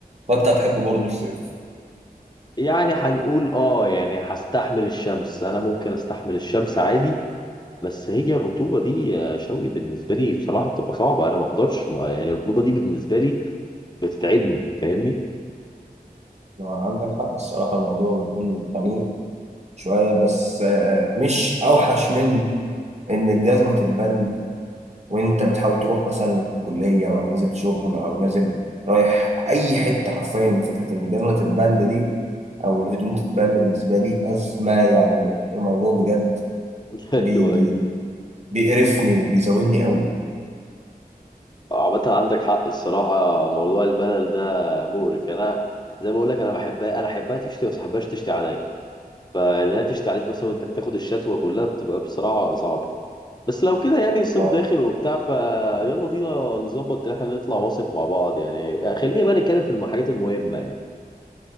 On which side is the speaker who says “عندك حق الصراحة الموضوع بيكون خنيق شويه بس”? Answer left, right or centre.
Right